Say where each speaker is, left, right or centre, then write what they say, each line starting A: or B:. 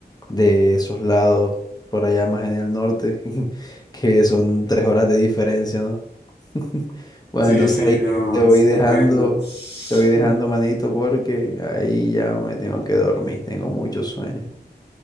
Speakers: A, on the left; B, on the left.
A: de esos lados por allá más en el norte, <laughs> que son tres horas de diferencia, ¿no? <laughs> Bueno,
B: Sí,
A: entonces
B: sí,
A: ahí
B: no,
A: te voy
B: estupendo.
A: dejando,
B: Sí,
A: te voy dejando manito porque ahí ya me tengo que dormir, tengo mucho sueño.